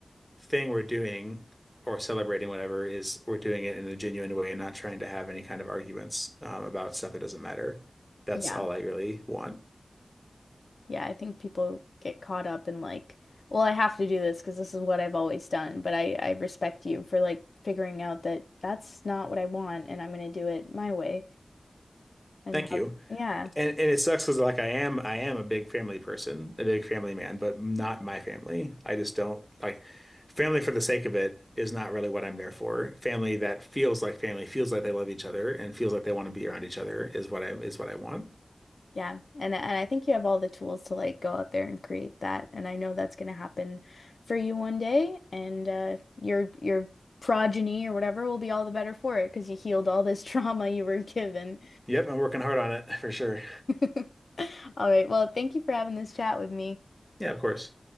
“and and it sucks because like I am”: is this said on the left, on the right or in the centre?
Centre